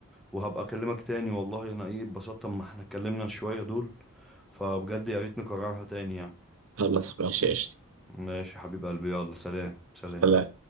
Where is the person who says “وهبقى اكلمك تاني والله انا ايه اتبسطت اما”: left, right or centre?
Centre